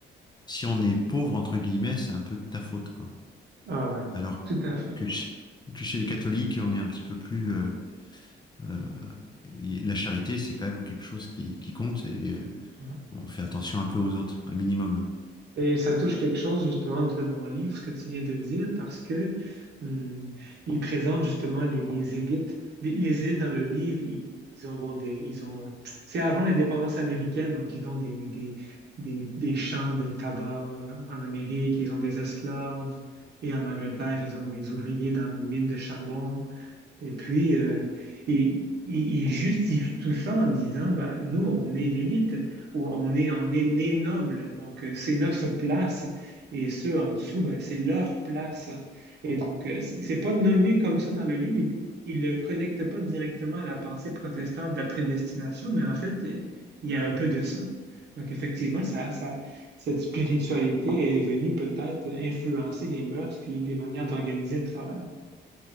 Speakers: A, on the left; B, on the right.
A: si on est pauvre, entre guillemets, c'est un peu de ta faute, quoi.
B: Ah ouais,
A: Alors
B: tout à fait.
A: que, ch- que chez les catholiques, on est un petit peu plus... euh, euh, la charité, c'est quand même quelque chose qui, qui compte et... euh,
B: Mm.
A: on fait attention un peu aux autres, un minimum.
B: Et ça touche quelque chose justement de mon livre, ce que tu viens de dire, parce que hum, il présente justement les, les élites. Les, les élites dans le livre, ils, ils ont bon des, ils ont. euh, c'est avant l'indépendance américaine, donc ils ont des, des, des, des champs de tabac euh, en Amérique, ils ont des esclaves, et en Angleterre, ils ont des ouvriers dans les mines de charbon. Et puis, euh, et- et il justifie tout ça en disant, ben, nous, on est l'élite, ou on est, on est né noble, donc euh, c'est notre place, et ceux en dessous, ben, c'est leur place. Et donc, euh, c'est c'est pas nommé comme ça dans le livre, il, il le connecte pas directement à la pensée protestante de la prédestination, mais en fait, il y a un peu de ça. Donc, effectivement, ça, ça, cette spiritualité est venue peut-être influencer les mœurs puis les manières d'organiser le travail.